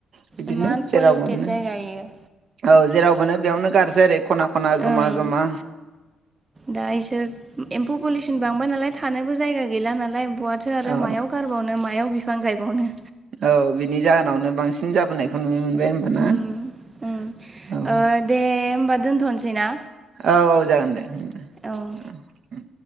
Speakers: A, on the right; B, on the right.
A: बिदिनो
B: इमान
A: जेराव
B: पलिउटेड
A: मोनो
B: जायगा इयो
A: औ जेराव मोनो बेयावनो गाज्रि जेरै खना खना जमा
B: ओं
A: जमा
B: दा इसोर एम्फौ पुलोसन बांबाय नालाय थानोबो जायगा गैला नालाय बहाथो आरो
A: औ
B: मायाव गारबावनो मायाव बि बिफां गायबावनो
A: औ बिनि जाहोनावनो बांसिन जाबोनायखौ नुनो मोनबाय दे होमबा ना
B: उम उम
A: औ
B: ओ दे होमबा दोनथनोसै ना?
A: औ औ जागोन दे उम
B: औ